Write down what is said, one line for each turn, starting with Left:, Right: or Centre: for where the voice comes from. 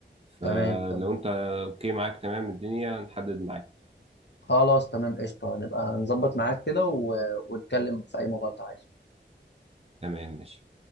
Right: فلو
Left: تمام تمام
Right: انت اوكي معاك تمام الدنيا نحدد معاك
Left: خلاص تمام قشطه نبقى نظبط معاك كده و... ونتكلم في اي موضوع انت عايزه
Right: تمام ماشي